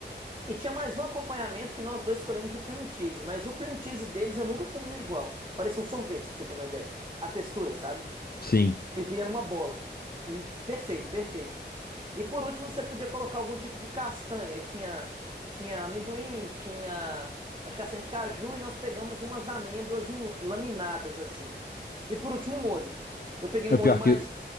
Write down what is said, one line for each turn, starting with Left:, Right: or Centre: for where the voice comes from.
Right: e tinha mais um acompanhamento que nós dois escolhemos o cream cheese, mas o cream cheese deles eu nunca comi um igual. Parecia um sorvete, pra você ter uma ideia. A textura, sabe?
Left: sim.
Right: Ele vinha numa bola. Hum, Perfeito, perfeito. E por último, você podia colocar algum tipo de castanha. Aí Tinha, tinha amendoim, tinha as castanhas de caju e nós pegamos umas amêndoas em- laminadas assim. E por último, o molho. Eu peguei
Left: O
Right: um molho
Left: pior
Right: mais.
Left: que